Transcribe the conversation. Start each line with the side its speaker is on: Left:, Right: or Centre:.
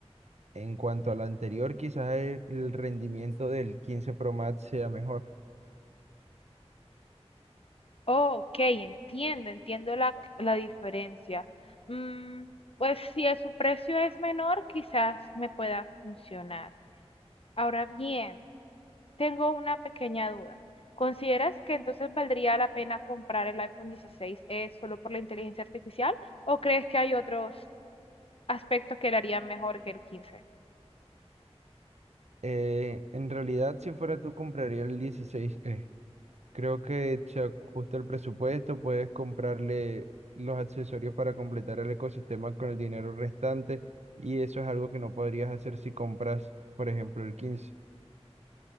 Right: En cuanto a lo anterior, quizás el, el rendimiento del quince Pro Max sea mejor.
Left: Oh, ok, entiendo, entiendo la, la diferencia. Mm, pues si el- su precio es menor, quizás me pueda funcionar. Ahora bien, tengo una pequeña duda. ¿Consideras que entonces valdría la pena comprar el iPhone 16e solo por la inteligencia artificial o crees que hay otros aspectos que le harían mejor que el 15?
Right: Eh, en realidad, si fuera tú, compraría el dieciséis. e Creo que se ajusta el presupuesto, puedes comprarle los accesorios para completar el ecosistema con el dinero restante y eso es algo que no podrías hacer si compras, por ejemplo, el quince.